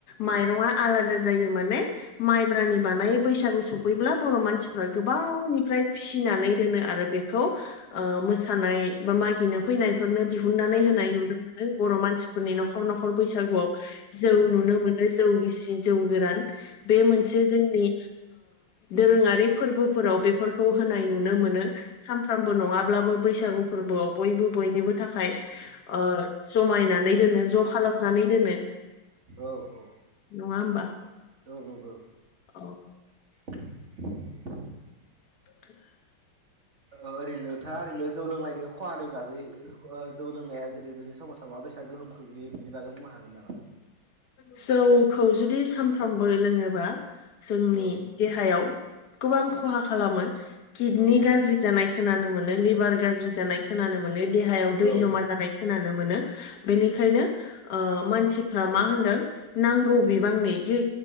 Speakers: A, on the left; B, on the right.
A: माइरङा आलादा जायो माने माइब्रानि बानायो बैसागु सफैब्ला बर' मानसिफ्रा गोबावनिफ्राय फिसिनानै दोनो आरो बेखौ ओ मोसानाय बा मागिनो फैनायफोरनो दिहुननानै होनाय नुनो मोनो। बर' मानसिफोरनि न'खर न'खर बैसागुआव जौ नुनो नुनो मोनो जौ गिसि, जौ गोरान। बे मोनसे जोंनि दोरोङारि फोरबोफोराव बेफोरखौ होनाय नुनो मोनो सानफ्रामबो नङाब्लाबो बैसागु फोरबोआव बयबो बयनिबो थाखाय ओ जायनानै दोनो ज' खालामनानै दोनो।
B: औ औ
A: नङा होमबा
B: औ नंगौ।
A: औ
B: <inaudible>
A: <inaudible>
B: ओरैनो नोंथाङा ओरैनो जौ लोंनायनि खहानि बागै जौ लोंनाया जेरै जोंनि समाजाव माबायसा गोहोम खोख्लैयो बेनि बागै बुंनो हागोन नामा
A: जौखौ जुदि सानफ्रामबो लोङोबा जोंनि
B: औ
A: देहायाव गोबां खहा खालामो किडनि
B: औ
A: गाज्रि जानाय खोनानो मोनो लिभार गाज्रि जानाय खोनानो मोनो देहायाव दै
B: औ
A: जमा जानाय खोनानो मोनो बेनिखायनो ओ मानसि मा होनदों नांगौ बिबांनि जि